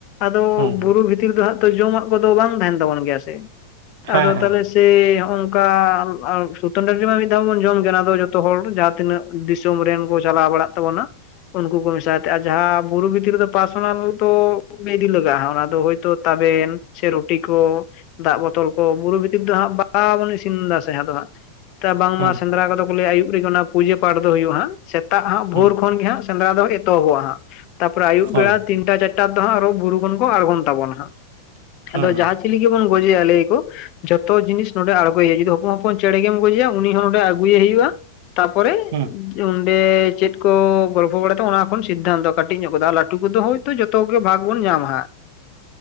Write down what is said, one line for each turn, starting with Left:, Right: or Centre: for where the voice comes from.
Left: ᱟᱫᱚ ᱾
Right: ᱦᱮᱸ
Left: ᱵᱩᱨᱩ ᱵᱷᱤᱛᱤᱨ ᱫᱚ ᱦᱟᱸᱜ ᱡᱚᱢᱟᱜ ᱠᱚᱫᱚ ᱵᱟᱝ ᱛᱟᱦᱮᱱ ᱛᱟᱵᱚᱱ ᱜᱮᱭᱟ ᱥᱮ ᱾
Right: ᱦᱮᱸ
Left: ᱟᱫᱚ
Right: ᱦᱮᱸ
Left: ᱛᱟᱦᱚᱞᱮ ᱥᱮ ᱦᱚᱸᱜᱼᱚᱝᱠᱟ ᱥᱩᱛᱟᱹᱱ ᱴᱟᱺᱰᱤᱨᱮ ᱢᱟ ᱢᱤᱫ ᱫᱷᱟᱣ ᱵᱚᱱ ᱡᱚᱢ ᱜᱮ ᱚᱱᱟ ᱫᱚ ᱡᱚᱛᱚ ᱦᱚᱲ ᱡᱟᱦᱟᱸ ᱛᱤᱱᱟᱹᱜ ᱫᱤᱥᱚᱢ ᱨᱮᱱ ᱠᱚ ᱪᱟᱞᱟᱣ ᱵᱟᱲᱟᱜ ᱛᱟᱵᱚᱱᱟ ᱾ ᱩᱱᱠᱩ ᱠᱚ ᱢᱮᱥᱟ ᱟᱛᱮ ᱟᱨ ᱡᱟᱦᱟᱸ ᱵᱩᱨᱩ ᱵᱷᱤᱛᱤᱨ ᱨᱮᱫᱚ ᱯᱟᱨᱥᱚᱱᱟᱞ ᱛᱚ ᱤᱫᱤ ᱜᱮ ᱞᱟᱜᱟᱜᱼᱟ ᱚᱱᱟ ᱦᱳᱭᱛᱚ ᱛᱟᱵᱮᱱ ᱥᱮ ᱨᱩᱴᱤ ᱠᱚ ᱫᱟᱜ ᱵᱳᱛᱚᱞ ᱠᱚ ᱵᱩᱨᱩ ᱵᱷᱤᱛᱤᱨ ᱫᱚ ᱦᱟᱸᱜ ᱵᱟᱼᱵᱚᱱ ᱤᱥᱤᱱ ᱮᱫᱟ ᱥᱮ ᱟᱫᱚ ᱦᱟᱸᱜ ᱛᱚ ᱵᱟᱝ
Right: ᱦᱮᱸ
Left: ᱢᱟ ᱥᱮᱸᱫᱽᱨᱟ ᱠᱚᱫᱚ ᱠᱚ ᱞᱟᱹᱭᱟ ᱟᱹᱭᱩᱵ ᱨᱮᱜᱮ ᱚᱱᱟ ᱯᱩᱡᱟᱹ ᱯᱟᱴ ᱫᱚ ᱦᱩᱭᱩᱜᱼᱟ ᱦᱟᱸᱜ ᱥᱮᱛᱟᱜ ᱦᱟᱸᱜ
Right: ᱦᱮᱸ
Left: ᱵᱷᱳᱨ ᱠᱷᱚᱱ ᱜᱮ ᱦᱟᱸᱜ ᱥᱮᱸᱫᱽᱨᱟ ᱫᱚ ᱮᱛᱚᱦᱚᱵᱚᱜᱼᱟ ᱦᱟᱸᱜ ᱛᱟᱯᱚᱨᱮ ᱟᱹᱭᱩᱵ
Right: ᱦᱳᱭ
Left: ᱵᱮᱲᱟ ᱛᱤᱱᱼ ᱼᱴᱟ ᱪᱟᱨᱴᱟ ᱫᱚ ᱦᱟᱸᱜ ᱟᱨᱚ ᱵᱩᱨᱩ ᱠᱷᱚᱱ ᱠᱚ ᱟᱬᱜᱚᱱ ᱛᱟᱵᱚᱱ ᱦᱟᱸᱜ ᱾
Right: ᱦᱮᱸ
Left: ᱟᱫᱚ ᱡᱟᱦᱟᱸᱭ ᱪᱤᱞᱤ ᱜᱮ ᱵᱚᱱ ᱜᱚᱡᱮᱭᱟ ᱞᱟᱹᱭᱟ ᱠᱚ ᱡᱚᱛᱚ ᱡᱤᱱᱤᱥ ᱱᱚᱰᱮ ᱟᱬᱜᱚᱭᱮ ᱦᱩᱭᱩᱜᱼᱟ ᱾ ᱡᱩᱫᱤ ᱦᱚᱯᱚᱱ ᱦᱚᱯᱚᱱ ᱪᱮᱬᱮ ᱜᱮᱢ ᱜᱚᱡᱮᱭᱟ ᱩᱱᱤ ᱦᱚᱸ ᱱᱚᱰᱮ ᱟᱹᱜᱩᱭᱮ ᱦᱩᱭᱩᱜᱼᱟ ᱾ ᱛᱟᱯᱚᱨᱮ
Right: ᱦᱮᱸ
Left: ᱚᱸᱰᱮ ᱪᱮᱫ ᱠᱚ ᱜᱚᱞᱯᱚ ᱵᱟᱲᱟᱭ ᱛᱮ ᱚᱱᱟ ᱠᱷᱚᱱ ᱥᱤᱫᱽᱫᱷᱟᱱᱛᱚ ᱠᱟᱹᱴᱤᱡ ᱧᱚᱜ ᱠᱚ ᱫᱚ ᱞᱟᱹᱴᱩ ᱠᱚ ᱫᱚ ᱦᱚᱭᱛᱳ ᱡᱚᱛᱚ ᱜᱮ ᱵᱷᱟᱜᱽ ᱵᱚᱱ ᱧᱟᱢᱟ ᱦᱟᱸᱜ ᱾